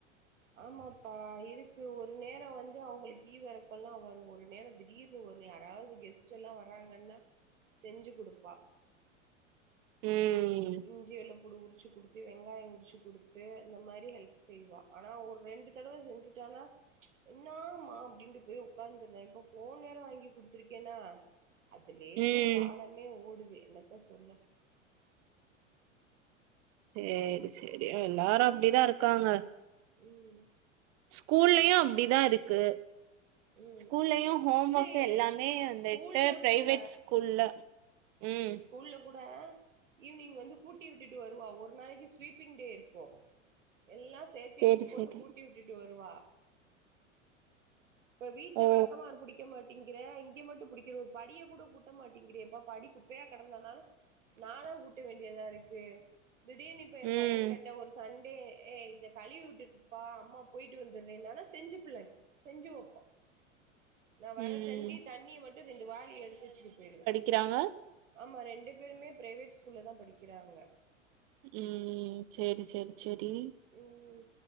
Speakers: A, on the right; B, on the right.
A: ஆமாப்பா இருக்கு ஒரு நேரோ வந்து அவுங்களுக்கு ஈவெரக்கல்லா வரு ஒரு நேரோ திடீர் ஒரு யாராவது கெஸ்ட் எல்லா வர்றாங்கன்னா செஞ்சு குடுப்பா
B: ம்
A: இஞ்சி வெல்ல புடு உரிச்சு குடுத்து வெங்காயோ உரிச்சு குடுத்து இந்த மாரி ஹெல்ப் செய்வா ஆனா ஒரு ரெண்டு தடவ செஞ்சுட்டானா என்னமா அப்டின்ட்டு போய் உக்காந்துர்ர இப்ப ஃபோன் வேற வாங்கி குடுத்துருக்கேன்னா அதுலயேதா
B: ம்
A: காலமே ஓடுது என்னத்த சொல்ல
B: சேரி சேரி எல்லாரு அப்டிதா இருக்காங்க
A: ம்
B: ஸ்கூல்லயு அப்டி தா இருக்கு
A: ம்
B: ஸ்கூல்லயு ஹோம்
A: இல்லயே
B: ஒர்க் எல்லாமே வந்துட்டு
A: ஸ்கூல்ல
B: பிரைவேட்
A: கூட
B: ஸ்கூல்ல ம்
A: ஸ்கூல்ல கூட ஈவி்னிங் வந்து கூட்டி விட்டுட்டு வருவா ஒரு நாளைக்கு ஸ்வீப்பிங் டே இருக்கு எல்லா சேத்து
B: சேரி
A: இளுத்து போட்டு
B: சேரி
A: கூட்டி விட்டுட்டு வருவா இப்ப வீட்ல
B: ஓ
A: வெளக்கமாறு புடிக்க மாட்டிங்கிற இங்க மட்டு புடிக்கிற ஒரு படிய கூட கூட்ட மாட்டிங்கிறியப்பா படி குப்பையா கடந்தனாலு நா தா கூட்ட வேண்டியதா இருக்கு திடீர்னு இப்ப எ
B: ம்
A: பையன் கிட்ட ஒரு சண்டே ஏ இத கழுவி உட்டுருப்பா அம்மா போய்ட்டு வந்தற்றேனான செஞ்சு புள்ள செஞ்சு வெப்பா நா வர
B: ம்
A: தண்டி தண்ணிய மட்டு ரெண்டு வாலிய எடுத்து வச்சுட்டு போயிருவே
B: கிறாங்க
A: ஆமா ரெண்டு பேருமே பிரைவேட் ஸ்கூல்ல தா படிக்கிறாங்க
B: ம் சேரி சேரி சேரி
A: ம்